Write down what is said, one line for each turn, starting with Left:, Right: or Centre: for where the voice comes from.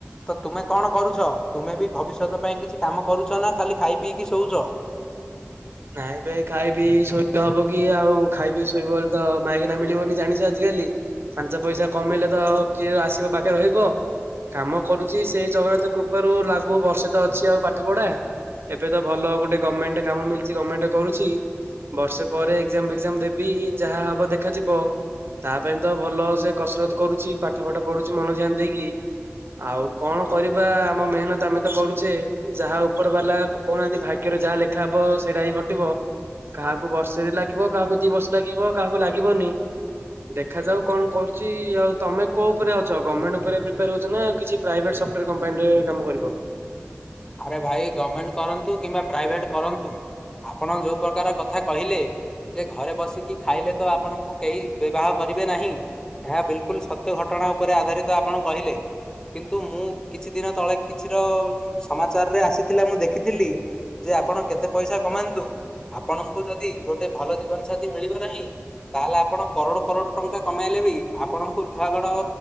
Left: ତ ତୁମେ କଣ କରୁଛ ତୁମେ ବି ଭବିଷ୍ୟତ ସେଥି ପାଇଁ କିଛି କାମ କରୁଛ ନା ଖାଲି ଖାଇ ପିଇକି ଶୋଉଛ?
Right: ନାଇଁ ଭାଇ ଖାଇ ପିଇକି ଶୋଇଲେ ହବ କି ଆଉ ଖାଇ ପିଇକି ଶୋଇବ ବୋଲି ତ ମାଇକିନା ମିଳିବନି ଜାଣିଛ ଆଜି ଡେଲି ପାଞ୍ଚ ପଇସା କମେଇଲେ ତ ଆଉ କିଏ ଆସିବ ପାଖେ ରହିବ। କାମ କରୁଛି ସେଇ ଜଗନ୍ନାଥ କୃପାରୁ ଲାଗୁ ବର୍ଷେ ତ ଅଛି ଆଉ ପାଠ ପଢା। ଏବେ ତ ଭଲ ଗୋଟେ ଗମେଣ୍ଟ କାମ ମିଳିଛି ଗମେଣ୍ଟ କରୁଚି। ବର୍ଷେ ପରେ ଏକ୍ଜାମ ଫେକ୍ଜାମ ଦେବି ଯାହା ହବ ଦେଖାଯିବ। ତା ପାଇଁ ତ ଭଲ ସେ କସରତ କରୁଛି ପାଠ ଫାଠ ପଢୁଛି ମନ ଧ୍ୟାନ ଦେଇକି। ଆଉ କଣ କରିବା ଆମ ମେହେନତ ଆମେ ତ କରୁଛେ ଯାହା ଉପର ବାଲା କହୁନାହାନ୍ତି ଭାଗ୍ୟ ଯାହା ଲେଖା ହେବ ସେଇଟା ହିଁ ଘଟିବ କାହାକୁ ବର୍ଷେରେ ଲାଗିବ କାହାକୁ ଦି ବର୍ଷ ଲାଗିବ କାହାକୁ ଲାଗିବନି। ଦେଖାଯାଉ କଣ କରୁଚି ଆଉ ତମେ କୋଉ ଉପରେ ଅଛ ଗମେଣ୍ଟ ଉପରେ ପ୍ରିପାୟାର ହଉଛ ନା କିଛି ପ୍ରାଇଭେଟ ସଫ୍ଟୱାର କମ୍ପାନୀରେ କାମ କରିବ।
Left: ଆରେ ଭାଇ ଗମେଣ୍ଟ କରନ୍ତୁ କିମ୍ବା ପ୍ରାଇଭେଟ କରନ୍ତୁ ଆପଣ ଯୋଉ ପ୍ରକାର କଥା କହିଲେ ଯେ ଘରେ ବସିକି ଖାଇଲେ ତ ଆପଣଙ୍କୁ କେହି ବିବାହ କରି ଏବେ ନାହିଁ ଏହା ବିଲକୁଲ ସତ୍ୟ ଘଟଣା ଉପରେ ଆଧାରିତ ଆପଣ କହିଲେ। କିନ୍ତୁ ମୁଁ କିଛି ଦିନ ତଳେ କିଛିର ସମାଚାରରେ ଆସିଥିଲା ମୁଁ ଦେଖିଥିଲି ଯେ ଆପଣ କେତେ ପଇସା କମାନ୍ତୁ ଆପଣଙ୍କୁ ଯଦି ଗୋଟେ ଭଲ ଜୀବନ ସାାଥିୀ ମିଳିବ ନାହିଁ ତାହେଲେ ଆପଣ କରୋଡ କରୋଡ ଟଙ୍କା କମେଇଲେ ବି ଆପଣଙ୍କୁ ଲୁହାଗଡ